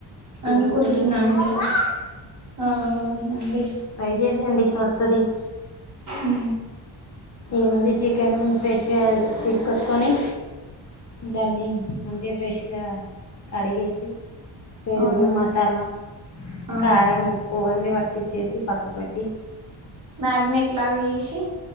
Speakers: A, on the right; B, on the left.
A: అనుకుంటున్నా
B: యూట్యూబ్ లో చూసి నేర్చుకోవచ్చు
A: అండి ఆ అవునండి
B: ట్రై చేసేయండి వస్తది
A: ఆ
B: ఏముంది చికెన్ ఫ్రెష్గా తీసుకొచ్చుకొని దాన్ని మంచిగా ఫ్రెష్ జ కడిగేసి పెరుగు
A: అవునా
B: మసాలా
A: అండి ఆ
B: కారం ఉప్పు ఇవన్నీ పట్టిచ్చేసి పక్క పెట్టి
A: మ్యాగ్నెట్ లాగా ఏసి